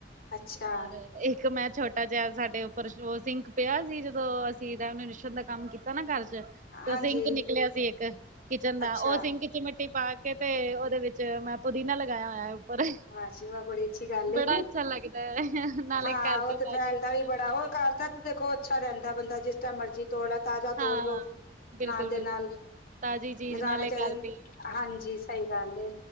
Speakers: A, on the left; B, on the right.
A: ਅੱਛਾ
B: ਰ ਇੱਕ ਮੈ ਚ ਜ ਸਾਡੇ ਉੱਪਰ ਉਹ ਸਿੰਘਕ ਪਿਆ ਸੀ, ਜਦੋਂ ਅਸੀਂ ਉਹਨੇ ਰਿਸ਼ ਦਾ ਕੰਮ ਕੀਤਾ ਨਾ ਘਰ ਚ' ਤੇ
A: ਹਾਂਜੀ
B: ਸਿੰਕ ਨਿਕਲਿਆ ਸੀ, ਇੱਕ ਕਿਚਨ ਦਾ
A: ਅੱਛਾ
B: ਉਹ ਸਿੰਕ ਚ' ਮਿੱਟੀ ਪਾ ਕੇ ਤੇ ਦੇ ਵਿੱਚ ਮੈਂ ਪੁਦੀਨਾ ਲਗਾਇਆ ਹੋਇਆ। ਪਰ
A: ਵਾਹ ਜੀ ਵਾਹ ਬੜੀ ਅੱਛੀ ਗੱਲ
B: ਬੜਾ
A: ਏ।
B: ਅੱਛਾ ਲੱਗਦਾ ਹੈ, ਨਾਲੇ
A: ਹਾਂ
B: ਕਰਦੀ
A: ਉਹ ਤੇ
B: ਤਾਜ਼ੀ
A: ਫੈਲਦਾ
B: ਚੀਜ
A: ਵੀ ਬੜਾ
B: ਦੇਖੋ।
A: ਹੋਰ ਘਰ ਦੇਖੋ ਅੱਛਾ ਰਹਿੰਦਾ ਬੰਦਾ ਜਿਸ ਟਾਈਮ ਮਰਜ਼ੀ ਤੋੜਾ, ਤਾਜ਼ਾ
B: ਹਾਂ
A: ਤੋੜ ਲੋੋ,
B: ਬਿਲਕੁਲ
A: ਨਾਲ ਦੇ
B: ਬਿਲਕੁਲ
A: ਨਾਲ।
B: ਤਾਜ਼ੀ ਚੀਜ਼
A: ਲਗਾਉਣੇ
B: ਨਾਲੇ
A: ਚਾਹੀਦੇ,
B: ਘਰ ਦੀ
A: ਹਾਂਜੀ, ਸਹੀ ਗੱਲ ਏ।